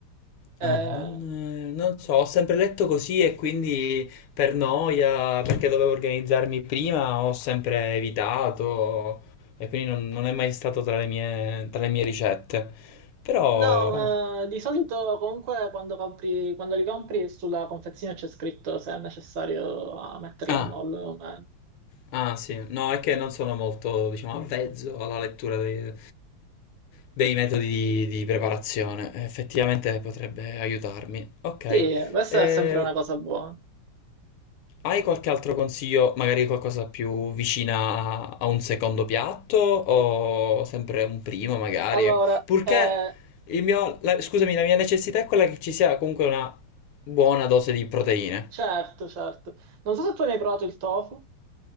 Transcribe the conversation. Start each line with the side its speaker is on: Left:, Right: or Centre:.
Right: Eh,
Left: Ah, non, eh, non so, ho sempre letto così e quindi per noia, perché dovevo organizzarmi prima, ho sempre evitato e quindi non, non è mai stato tra le mie, tra le mie ricette. Però...
Right: No, ma di solito comunque quando compri, quando li compri sulla confezione c'è scritto se è necessario a metterli
Left: Ah,
Right: a mollo. o meno.
Left: ah sì, no, è che non sono molto, diciamo, avvezzo alla lettura dei, dei metodi di, di preparazione. Effettivamente potrebbe aiutarmi. Ok,
Right: Sì, questa
Left: eh,
Right: è sempre una cosa buona.
Left: Hai qualche altro consiglio, magari qualcosa più vicina a a un secondo piatto o sempre un primo magari?
Right: Allora,
Left: Purché
Right: eh,
Left: il mio, la- scusami, la mia necessità è quella che ci sia comunque una buona dose di proteine.
Right: certo, certo. Non so se tu hai mai provato il tofu.